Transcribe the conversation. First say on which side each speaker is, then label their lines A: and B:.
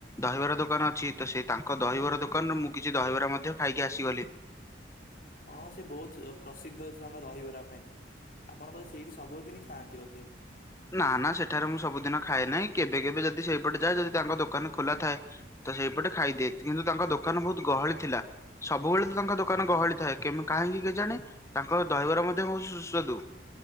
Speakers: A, on the left; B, on the left.
A: ଦହିବରା ଦୋକାନ ଅଛି ତ ସେ ତାଙ୍କ ଦହିବରା ଦୋକାନରୁ ମୁଁ କିଛି ଦହିବରା ମଧ୍ୟ ଖାଇକି ଆସିଗଲି।
B: ହଁ ସେ ବହୁତ ଅ ପ୍ରସିଦ୍ଧ ତାଙ୍କ ଦହିବରା ପାଇଁ। ଆପଣ ବୋଧେ ସେଇଠି ସବୁଦିନି ଖାଆନ୍ତି ବୋଧେ।
A: ନା ନା ସେଠାରେ ମୁଁ ସବୁଦିନ ଖାଏ ନାହିଁ। କେବେ କେବେ ଯଦି ସେଇପଟେ ଯାଏ ଯଦି ତାଙ୍କ ଦୋକାନ ଖୋଲା ଥାଏ ତ ସେଇପଟେ ଖାଇଦିଏ କିନ୍ତୁ ତାଙ୍କ ଦୋକାନ ବହୁତ ଗହଳି ଥିଲା। ସବୁବେଳେ ତ ତାଙ୍କ ଦୋକାନ ଗହଳି ଥାଏ। କେମ କାହିଁକି କେଜାଣି ତାଙ୍କ ଦହିବରା ମତେ ବହୁ ସୁସ୍ୱାଦୁ।